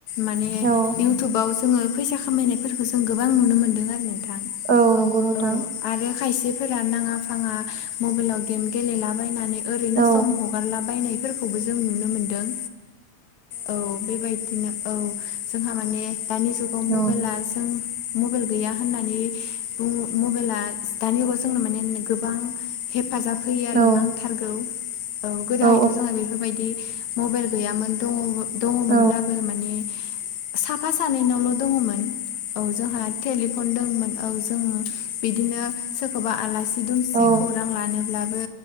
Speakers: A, on the left; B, on the right.
A: माने
B: औ
A: इउटुबाव जोङो फैसा खामायनायफोरखौ जों गोबां नुनो मोनदों आरो नोंथां।
B: औ नंगौ नोंथां।
A: औ आरो खायसेफोरा नाङा फाङा मबाइलाव गेम गेलेलाबायनानै ओरैनो
B: औ
A: सम हगारलाबायायनायफोरखौबो जों नुनो मोनदों। औ बेबायदिनो औ जोंहा माने दानि जुगाव मबाइला
B: औ
A: जों मबाइल गैया होननानै बुङो मबाइला दानि जुगाव जोंनो माने गोबां हेफाजाब होयो आरो
B: औ
A: नांथारगौ औ गोदोहायथ'
B: औ
A: जोङो बेफोरबायदि। मबाइल गैयामोन दङ-दङमोनब्लाबो
B: औ
A: माने साफा सानैनावल' दङमोन औ जोंहा टेलिफन दं मोन औ जों बिदिनो सोरखौबा आलासि दुमसि
B: औ
A: खौरां लानोब्लाबो